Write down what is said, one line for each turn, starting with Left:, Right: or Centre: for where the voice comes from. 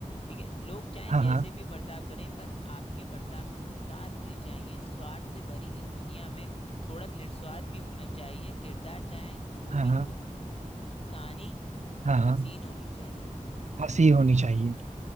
Left: ठीक है लोग चाहे
Right: हाँ
Left: जैसे
Right: हाँ
Left: भी बर्ताव करें पर आपके बर्ताव में संस्कार होने चाहिए स्वार्थ से भरी इस दुनिया में थोड़ा निस्वार्थ भी होना चाहिए किरदार चाहे जो
Right: हाँ
Left: भी हो
Right: हाँ
Left: कहानी
Right: हाँ हाँ
Left: हसीन
Right: हाँ,
Left: होनी चाहिए
Right: हंसी होनी चाहिए